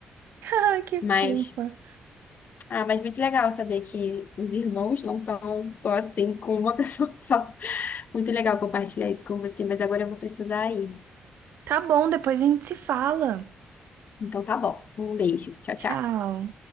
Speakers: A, on the right; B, on the left.
A: <laughs> Ai, que
B: Mas
A: fofa.
B: Ah, mas muito legal saber que os irmãos não são só assim, com uma <laughs> pessoa só. Muito legal compartilhar isso com você, mas agora eu vou precisar ir.
A: Tá bom, depois a gente se fala.
B: Então tá bom. Um beijo. Tchau,
A: Tchau.
B: tchau.